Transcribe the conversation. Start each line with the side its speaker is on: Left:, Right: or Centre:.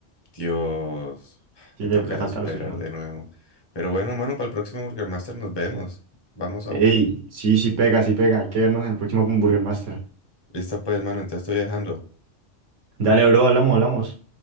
Left: Dios,
Right: Sí,
Left: me
Right: le,
Left: tocará
Right: le falta
Left: esperar
Right: lo suyo.
Left: de nuevo. Pero bueno, mano, para el próximo Burger Master nos vemos. Vamos
Right: Ey,
Left: a uno.
Right: sí, sí pega, sí pega. Hay que vernos en el próximo Burger Master.
Left: Listo pues, mano, entonces estoy dejando.
Right: Dale, bro, hablamos, hablamos.